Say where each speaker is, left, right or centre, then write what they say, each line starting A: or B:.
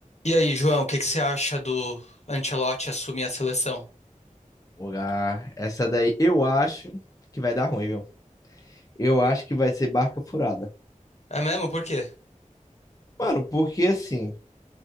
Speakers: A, on the left; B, on the left.
A: E aí, João, o que que você acha do Ancelotti assumir a seleção?
B: Lugar. Essa daí eu acho que vai dar ruim, viu? Eu acho que vai ser barca furada.
A: É mesmo? Por quê?
B: Mano, porque assim,